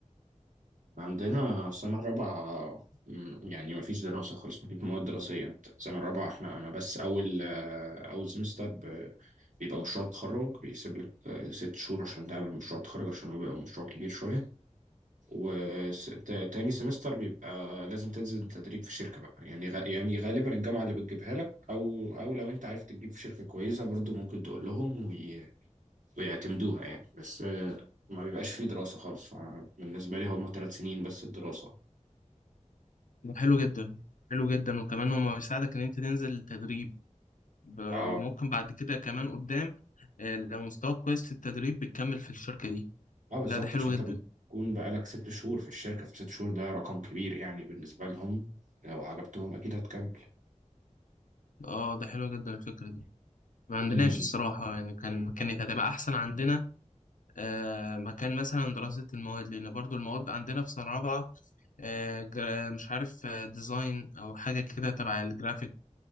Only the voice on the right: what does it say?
عندنا سنة رابعة مم، يعني مفيش دراسة خالص مفيش مواد دراسية انت سنة رابعة احنا أنا بس أول آه، أول سمستر ب- بيبقى مشروع تخرج بيسيب لك آه، ست شهور عشان تعمل مشروع تخرج عشان هو بيبقى مشروع كبير شوية وتاني سمستر بيبقى لازم تنزل تدريب في شركة بقى يعني غ... يعني غالبا الجامعة اللي بتجيبها لك أو أو لو أنت عارف تجيب في شركة كويسة برضو ممكن تقول لهم وي... ويعتمدوها يعني بس آه، ما بيبقاش فيه دراسة خالص فبالنسبة لي هم ثلاث سنين بس الدراسة
اه
اه بالظبط
عشان
انت بتكون بقالك ست شهور في الشركة في ست شهور ده رقم كبير يعني بالنسبة لهم لو عجبتهم أكيد هتكمل
امم.